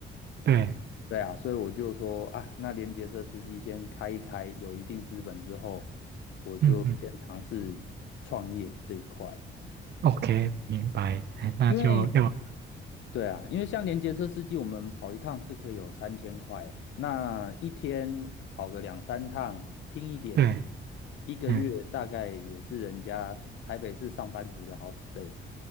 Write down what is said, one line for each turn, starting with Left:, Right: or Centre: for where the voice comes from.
Right: 对，
Left: 对啊，所以我就说啊，那联结车司机先开一开，有一定资本之后，我就先尝试创业这一块，
Right: 嗯嗯，OK，明白，哎，那就要
Left: 因为对啊，因为像连接车司机，我们跑一趟是可以有三千块啊。那一天跑个两三趟，拼一点，
Right: 对，
Left: 一个月大概也是人家台北市上班族的好几倍。
Right: 嗯，